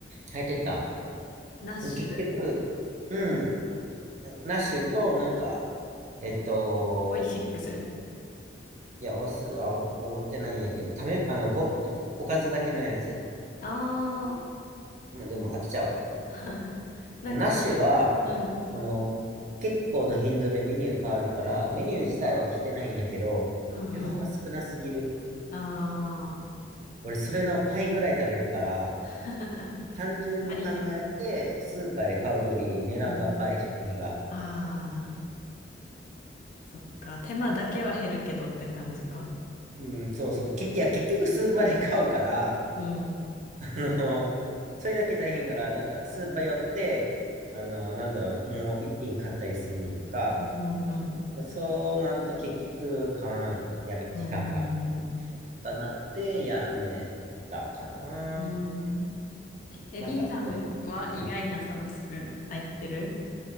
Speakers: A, on the right; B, on the left.
A: 入ってた。
B: ナッシュ
A: うん結局、うん、ナッシュと、なんか、えっと、
B: オイシックス
A: いや、忘れ、あ、覚えてないんやけど、ためあの、ご、ご、おかずだけのやつ。
B: ああ
A: まあ、でも飽きちゃう。
B: ー。<laughs> なんか、
A: ナッシュは、
B: オイ、うん、
A: あの、結構の頻度でメニュー変わるから、メニュー自体は来てないんやけど、
B: うんうん。
A: 量が少なすぎる。
B: ああ。
A: 俺、それの倍ぐらい食べるから、
B: <laughs>
A: 単純に考えて、
B: ありへん。
A: スーパーで買うより値段が倍、
B: うん。
A: 食費が。
B: ああ、そっか。手間だけは減るけどって感じか。
A: うん、そうそう。結局、いや、結局スーパーで買うから、
B: うん。
A: <laughs> あの、それだけ大変から、なんか、スーパー寄って、あの、なんだろう、もう一品買ったりすんねやんか。
B: うん、うん、
A: そうなると結局、変わらん、やる時間が、
B: うん。うん。
A: とかなって、やめたかな。
B: うんえ、
A: なんか、
B: B さんは意外なサブスク入ってる
A: え、うん。